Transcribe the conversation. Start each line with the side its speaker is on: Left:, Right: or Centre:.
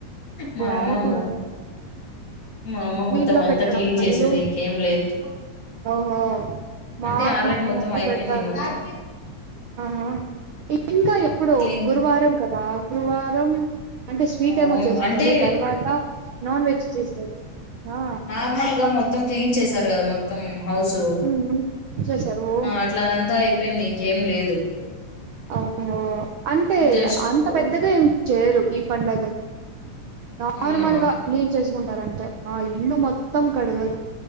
Left: మా అమ్మా
Right: అవును
Left: మ అ మా అమ్మ
Right: మీ
Left: మొత్తం
Right: ఇంట్లో
Left: అంతా
Right: పెట్టరా
Left: క్లీన్
Right: పన్నీలు
Left: చేసింది ఇంకేం లేదు
Right: ఓహో మాకు
Left: అంటే ఆల్రెడీ
Right: మా
Left: మొత్తం
Right: మమ్మీ
Left: అయిపోయింది
Right: పెడతారు
Left: మొత్తం
Right: ఆహా ఇ ఇంకా ఎప్పుడు
Left: క్లీన్
Right: గురువారం క రా గురువారం అంటే స్వీట్
Left: అవును
Right: ఏమో చేస్తారు
Left: అంటే
Right: తర్వాత నాన్ వెజ్ చేస్తారు ఆ
Left: నా గా మొత్తం క్లీన్ చేశారు కదా మొత్తం హౌసు
Right: ఉమ్, చేశారు
Left: అట్లాదంతా చెప్పయింది ఇంకేం లేదు
Right: అవుహో అంటే
Left: జస్ట్
Right: అంత
Left: పో
Right: పెద్దగా ఏం చేయరు ఈ పండుగ నార్మల్
Left: అవునా
Right: గా క్లీన్ చేసి కుంటారంటే ఆ ఇన్ను మొత్తం కడగారు